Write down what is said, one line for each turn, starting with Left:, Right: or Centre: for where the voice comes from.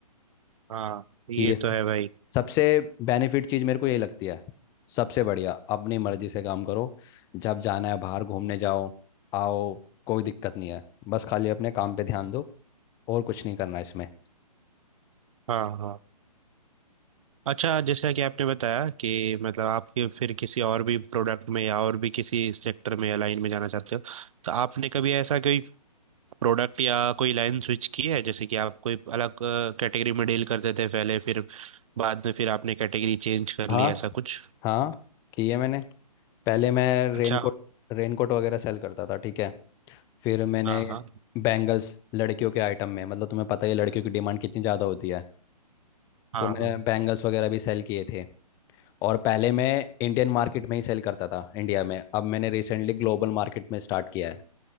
Right: हाँ ये
Left: कि ये स-
Right: तो है भाई
Left: सबसे बेनिफिट चीज़ मेरे को यही लगती है सबसे बढ़िया अपनी मर्जी से काम करो जब जाना है बाहर घूमने जाओ आओ कोई दिक्कत नहीं है बस खाली अपने काम पे ध्यान दो और कुछ नहीं करना इसमें
Right: हाँ हाँ अच्छा जैसा कि आपने बताया कि मतलब आप कि- फिर किसी और भी प्रोडक्ट में या और भी किसी सेक्टर में या लाइन में जाना चाहते हो तो आपने कभी ऐसा कोई प्रोडक्ट या कोई लाइन स्विच की है जैसे कि आप कोई अलग कैटेगरी में डील करते थे पहले फिर बाद में फिर आपने कैटेगरी चेंज कर
Left: हाँ
Right: ली ऐसा कुछ
Left: हाँ किए मैंने पहले मैं
Right: अच्छा
Left: रेनकोट रेनकोट वगैरह सेल करता था ठीक है फिर मैंने
Right: हाँ हाँ
Left: बैंगल्स लड़कियों के आइटम में मतलब तुम्हें पता ही है लड़कियों की डिमांड कितनी ज़्यादा होती है
Right: हाँ
Left: तो मैंने
Right: हाँ
Left: बैंगल्स वगैरह भी सेल किए थे और पहले मैं इंडियन मार्केट में ही सेल करता था इंडिया में अब मैंने रिसेंटली ग्लोबल मार्केट में स्टार्ट किया है